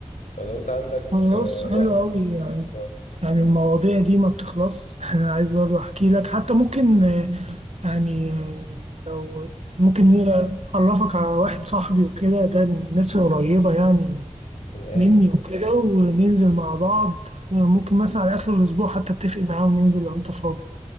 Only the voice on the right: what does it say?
خلاص
حلو أوي يعني
يعني المواضيع دي ما بتخلص <laughs> أنا عايز برضه أحكي لك حتى ممكن يعني لو ممكن أعرفك على واحد صاحبي وكده ده من الناس القريبة يعني
مني وكده وننزل مع بعض ممكن مثلا على آخر الأسبوع حتى أتفق معاه وننزل لو أنت فاضي